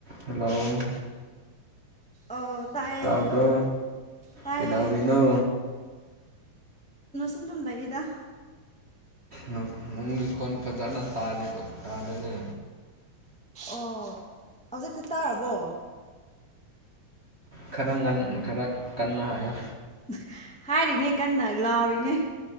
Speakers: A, on the right; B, in the centre.
A: hello
B: ꯑꯧ ꯇꯥꯏꯌꯦ
A: ꯇꯥꯕ꯭ꯔꯣ
B: ꯇꯥꯏꯌꯦ
A: ꯀꯩꯗꯧꯔꯤꯅꯣ
B: ꯇꯨꯝ ꯇꯨꯝ ꯂꯩꯗ
A: ꯅꯪ ꯅꯨꯡꯒꯤꯀꯣꯟ ꯐꯖꯅ ꯇꯥꯗꯦ ꯇꯥꯗꯦꯅꯦ
B: ꯑꯣ ꯍꯧꯖꯤꯛꯇꯤ ꯇꯥꯔꯕꯣ
A: ꯈꯔ ꯉꯟ ꯈꯔ ꯀꯟꯅ ꯍꯥꯏꯌꯣ
B: <unintelligible> ꯍꯥꯏꯔꯤꯅꯦ ꯀꯟꯅ ꯂꯥꯎꯔꯤꯅꯦ